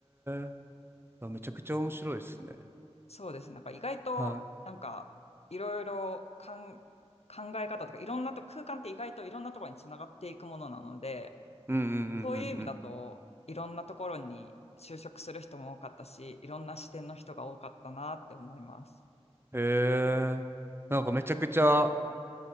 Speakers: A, on the right; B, on the left.
A: え。あめちゃくちゃ面白いですね。
B: そうですね。なんか意外と、
A: はい。
B: なんか、いろいろかん考え方とか、いろんなと、空間って意外といろんなところにつながっていくものなので、
A: うんうんうんうんうん。
B: そういう意味だと、いろんなところに就職する人も多かったし、いろんな視点の人が多かったなって思います。
A: へえ。なんかめちゃくちゃ